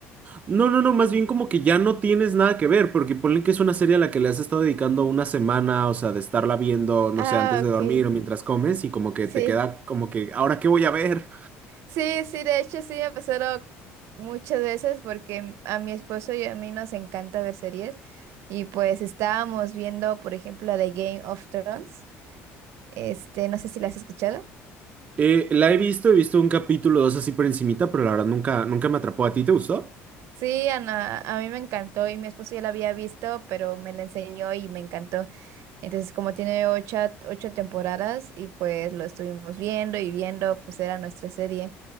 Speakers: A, on the right; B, on the right.
A: No, no, no, más bien como que ya no tienes nada que ver, porque ponle que es una serie a la que le has estado dedicando una semana, o sea, de estarla viendo, no
B: Ah,
A: sé, antes de
B: ok.
A: dormir
B: Y-
A: o mientras comes y como que
B: Sí,
A: te queda como que, ¿ahora qué voy a ver?
B: sí, sí, de hecho sí me ha pasado muchas veces porque a mi esposo y a mí nos encanta ver series y pues estábamos viendo, por ejemplo, la de Game of Thrones. Este, no sé si la has escuchado.
A: Eh, la he visto, he visto un capítulo o dos así por encimita, pero la verdad nunca, nunca me atrapó. ¿A ti te gustó?
B: Sí, Ana, a mí me encantó y mi esposo ya la había visto, pero me la enseñó y me encantó. Entonces, como tiene ocho, ocho temporadas y pues lo estuvimos viendo y viendo, pues era nuestra serie.